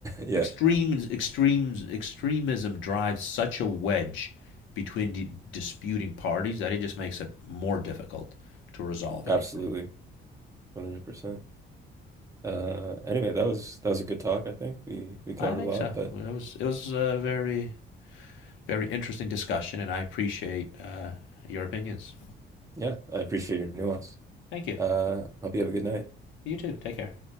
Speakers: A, on the right; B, on the left.
A: Yeah,
B: Extremes, extremes, extremism drives such a wedge between d- disputing parties that it just makes it more difficult to resolve
A: absolutely.
B: anything.
A: 100%. Uh, anyway, that was that was a good talk, I think. We we covered
B: I think
A: a lot,
B: so.
A: but
B: It was it was a very very interesting discussion, and I appreciate uh, your opinions.
A: yeah, I appreciate your nuance.
B: Thank you.
A: Uh, hope you have a good night.
B: You too. Take care.